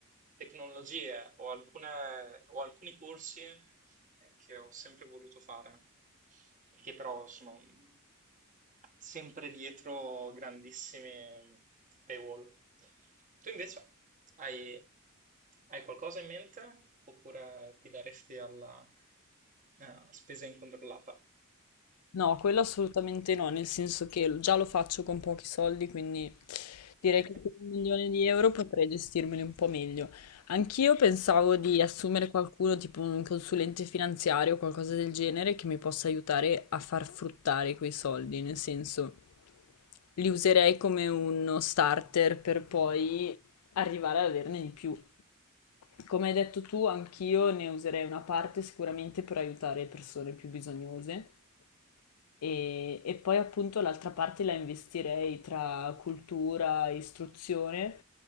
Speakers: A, on the right; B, on the left.
A: tecnologie o, alcune- o alcuni corsi eh, che ho sempre voluto fare, e che però sono mh, sempre dietro grandissimi mm, paywall. Tu invece hai, hai qualcosa in mente oppure ti daresti alla eh, spesa incontrollata?
B: No, quello assolutamente no, nel senso che già lo faccio con pochi soldi, quindi direi
A: <laughs>
B: che con un milione di euro potrei gestirmeli un po' meglio. Anch'io pensavo di assumere qualcuno, tipo un consulente finanziario o qualcosa del genere, che mi possa aiutare a far fruttare quei soldi, nel senso li userei come uno starter per poi arrivare ad averne di più. Come hai detto tu, anch'io ne userei una parte sicuramente per aiutare persone più bisognose. E, e poi appunto l'altra parte la investirei tra cultura, istruzione